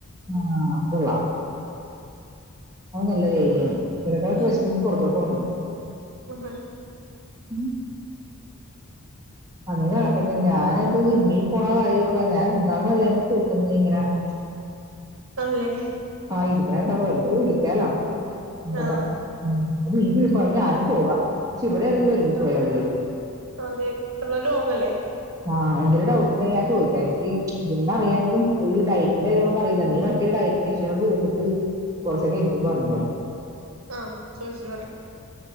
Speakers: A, on the right; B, on the right.
A: ആ കൊള്ളാം. അത് നല്ല രീതിയാണ്. <unintelligible>
B: ഉം
A: വിശക്കുമ്പൊ പൊറത്തോട്ട് പോണ്ടല്ല.
B: <unintelligible>
A: ഉം അങ്ങനെ നടക്കട്ടെ. ഞാനിപ്പ ജിമ്മീ പോണ കാര്യ ഒക്കെ ഞാൻ എന്താന്ന് അറിയാൻ ചോയ്ച്ചതാ നീ ഇങ്ങനാ. <unintelligible>
B: ആണല്ലേ
A: ഇരിക്കണ കണ്ടപ്പോ വെറുതെ വിളിക്കാലോ. അപ്പ
B: ആ
A: പറഞ്ഞു ഉം അപ്പ നീ ഇരിക്കും ഞാനും പോകാ ച ഇവിടെയായിരുന്നെങ്കി ഒരുമിച്ച്
B: ആ
A: പോയാമതിയാന്ന്
B: അതെ ലോങ്ങല്ലേ
A: ആ എന്തെങ്കിലും ഡൗട്ട് ഉണ്ടെങ്കി ഞാൻ ചോദിക്കാം എനിക്ക് നിന്നെ അറിയാങ്കിലും ഈ ഡയറ്റിന്റെ കാര്യങ്ങളൊന്നും അറില്ല നീ മറ്റേ ഡ യറ്റീഷ്യനോട് ചോദിച്ചിട്ട് കുറച്ചൊക്കെ എനിക്കും പറഞ്ഞുതാ.
B: ആ ചോദിച്ചിട്ട് പറയാം.